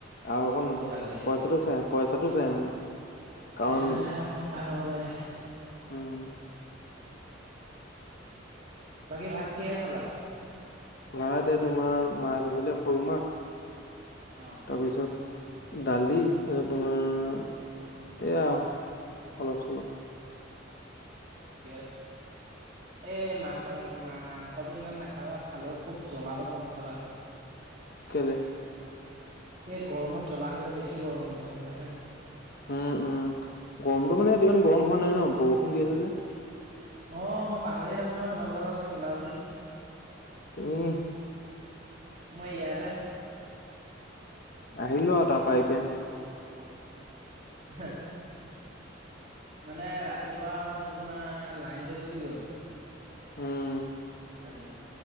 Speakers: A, on the left (about 50°); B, on the right (about 40°).
A: আৰু অকন
B: হ'ব লাগে
A: পইচাটো চাই পইচাটো চাই মানে
B: পইচাটো
A: কাৰণ
B: চাই <unintelligible>
A: উম।
B: বাকী ভাত কিহে খালা?
A: ভা দে তোমাৰ মাছ আছিলে সৰু মাছ
B: অ
A: তাৰপিছত দালি তাৰপিছত তোমাৰ এইয়া আৰু অলপ চলপ।
B: ঠিকেই আছে। এ, মাছ মাংস মাংসটো ইমান নাখাবা খালেও খুব জ্বলাটো কম খাবা। <inaudible>
A: কেলেই?
B: এই গৰমত জ্বলা খালে বেছি গৰম উঠে গম পাইছে নে?
A: উম উম গৰমটো মানে ইমান গৰম হোৱা নাই ন বৰষুণ দি আছে যে।
B: অ' মই পাহৰিয়ে থাকো নহয় তোমালোকৰ তাত ঠাণ্ডা বুলি।
A: তুমি
B: মই য়াদে।
A: আহিলো আৰু তাৰ পৰাা এতিয়া।
B: <unintelligible> মানে ৰাতিপুৱা সময়ত তোমাৰ লাইনটো গুচি গ'ল।
A: উম,
B: আজি